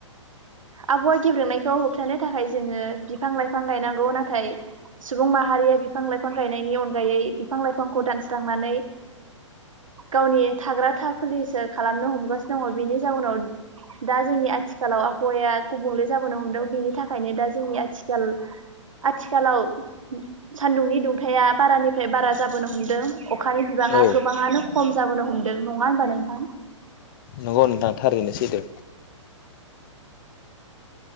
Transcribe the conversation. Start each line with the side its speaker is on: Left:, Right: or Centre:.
Right: आबौा गेब्रोंनायखौ होबथानो थाखाय जोङो बिफां लाइफां गायनांगौ नाथाय सुबुं माहारिया बिफां लाइफां गायनायनि अनगायै बिफां लाइफांखौ दानस्रांनानै गावनि थाग्रा थ खुलिसो खालामनो हमगासिनो दङ बेनि जाउनाव दा जोंनि आथिखालाव हौवाया गुबुंले जाबोनो हमदों बेनि थाखायनो दा जोंनि आथिखाल आथिखालाव सान्दुंनि दुंथाया बारानिफ्राय बारा जाबोनो हमदों। अखानि बिबाङा
Left: औ
Right: गोबाङानो खम जाबोनो हमदों नङा होनबा नोंथां।
Left: नंगौ नोंथां थारैनो सैथो